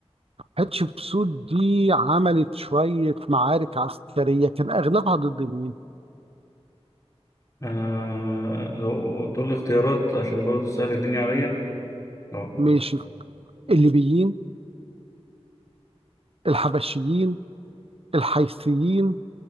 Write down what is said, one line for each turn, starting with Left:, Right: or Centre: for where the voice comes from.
Right: حتشبسوت دي عملت شوية معارك عسكرية كان أغلبها ضد مين؟
Left: آه لو تقول لي اختيارات عشان برضه تسهل الدنيا عليا لو
Right: ماشي الليبيين الحبشيين الحيثيين